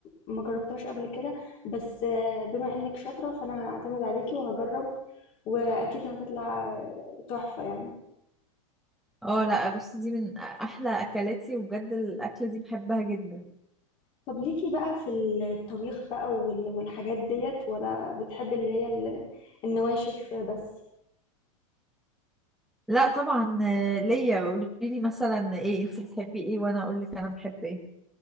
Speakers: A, on the left; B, in the centre.
A: ما جربتهاش قبل كده بس آه، بما انك شاطرة فانا هعتمد عليكي وهجرب واكيد هتطلع آه، تحفة يعني
B: اه لا بص دي من احلى اكلاتي وبجد الاكله دي بحبها جدا
A: طب ليكي بقى في الطبيخ بقى وال- والحاجات ديت ولا بتحبي اللي هي ال- النواشف بس
B: لا طبعا آه، ليا قولي لي مثلا ايه انت بتحبي ايه وانا اقول لك انا بحب ايه